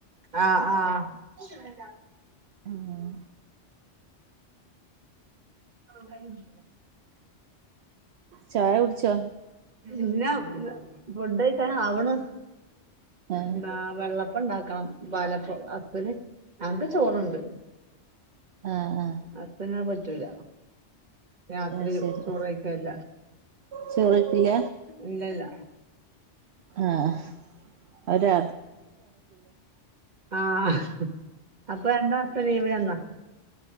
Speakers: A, on the right; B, on the right.
A: ആഹ് ആഹ് <inaudible>
B: ഉം
A: കഴിഞ്ഞ്
B: ചായ കുടിച്ചാ
A: ഇല്ല. ഫുഡ് കഴിക്കാൻ ആവണ്
B: ആഹ്
A: എന്താ വെള്ളപ്പണ്ടാക്കണം. പാലപ്പം ഹസിന്. ഞങ്ങക്ക് ചോറുണ്ട്
B: ആഹ് ആഹ്
A: ഹസിനു അത് പറ്റൂല രാത്രി
B: ആഹ് ശരി
A: ചോറ് കഴിക്കലില്ല
B: ചോറ് കഴിക്കില്ല
A: ഇല്ല ഇല്ല
B: ആഹ് അതാ
A: ആഹ് അപ്പൊ എന്താട്ത ലീവ് എന്നാ